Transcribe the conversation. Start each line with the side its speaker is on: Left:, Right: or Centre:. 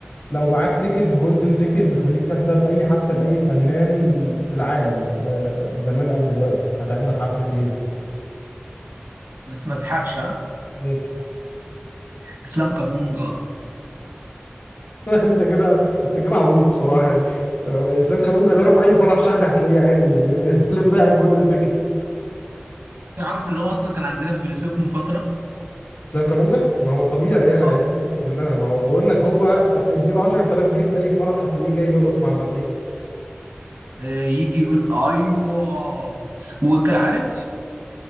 Left: لو معاك تيكت جولدن تيكت بتخليك تحضر اي حفله لاي فنان في العالم آه، زمان او دلوقتي هتحضر حفله مين
Right: بس ما تضحكش ها
Left: ماشي
Right: اسلام كابونجا
Left: <laughs> انت كده انت كده عبيط بصراحه يعني آه، اسلام كابونجا ده روح اي فرح شعبي هتلاقيه عادي <laughs> ليه تضيع الجولدن تيكت
Right: تعرف ان هو اصلا كان عندنا في فيلسوف من فتره
Left: اسلام كابونجا ما هو طبيعي يعني عائلته
Right: اه
Left: في مصر كلها ما هو بقول لك هو اديله 10000 جنيه في اي فرح هتلاقيه جاي يرقص مع المزيكا
Right: آه، يجي يقول ايوه وكعارف